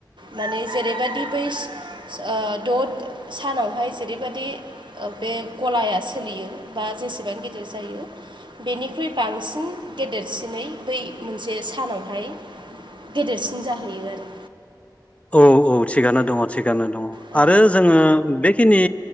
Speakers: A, on the right; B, on the left.
A: माने जेरैबादि बैस ओस ओ दद सानावहाय जेरैबायदि ओ बे गलाया सोलियो बा जेसेबां गिदिर जायो बेनिख्रुइ बांसिन गेदेरसिनै बै मोनसे सानाव बेहाय गेदेरसिन जाहैयो आरो
B: औ-औ थिगानो दङ थिगानो दङ
A: औ
B: आरो जोङो बे खिनि